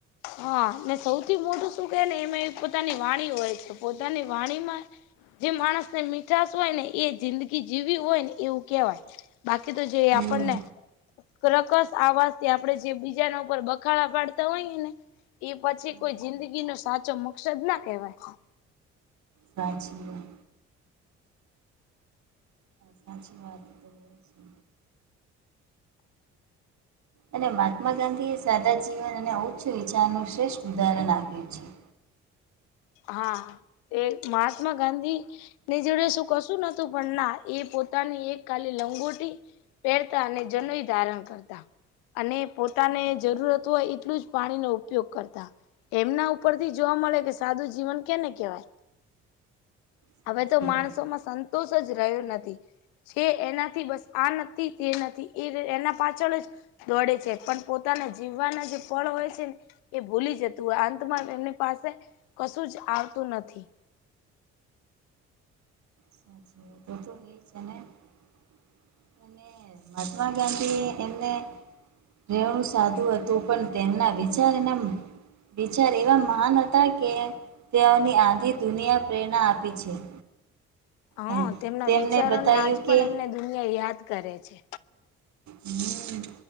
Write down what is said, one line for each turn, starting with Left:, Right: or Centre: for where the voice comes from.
Left: હા ને સૌથી મોટું શું કે ને એમાં પોતાની વાણી હોય છે પોતાની વાણીમાં જે માણસને મીઠાશ હોય ને એ જિંદગી જીવી હોય ને એવું કેવાય. બાકી તો જે
Right: હમ
Left: આપણને <unintelligible> આવાજથી જે બીજાના ઉપર બખાડાા પાડતા હોઈને એ પછી
Right: હમ
Left: કોઈ જિંદગી નો સાચો મકસદ ના કેવાય.
Right: સાચી વાત સાચી વાત એ તો હોય છે. અને મહાત્મા ગાંધી એ સાદા જીવન અને ઉચ્ચ વિચારનું શ્રેષ્ઠ ઉદાહરણ આપ્યું છે.
Left: હા એ મહાત્મા ગાંધી ની જોડે શું કશું નતું પણ ના એ પોતાની એક ખાલી લંગોટી પહેરતા અને જનોઈ ધારણ કરતા અને પોતાને જરૂરત હોય એટલું જ પાણીનો ઉપયોગ કરતા. એમના ઉપરથી જોવા મળે કે સાદું જીવન કેને કેવાય,
Right: સાચી
Left: હવે તો માણસોમાં
Right: વાત
Left: સં તોષ જ રહ્યો નથી. છે એનાથી બસ આ નથી તે નથી એ એના પાછળ જ દોડે છે પણ પોતાના જીવવાના જે પળ હોય છેને એ ભૂલી જતું અંતમાં એમની પાસે કશું જ આવતું નથી.
Right: સાચી તો તો એ છે ને <unintelligible> <inaudible> અને મહાત્મા ગાંધીએ એમને <inaudible> સાદું હતું પણ તેમના વિચાર એનાએમ વિચાર એવા મહાન હતા કે તેઓની આંધી દુનિયા પ્રેરણા આપી છે.
Left: હા,
Right: અ
Left: તેમના
Right: તેમને
Left: વિચારોને
Right: બતાયું
Left: આજ પણ
Right: કે હમ
Left: એમને દુનિયા યાદ કરે છે.
Right: હમ્મ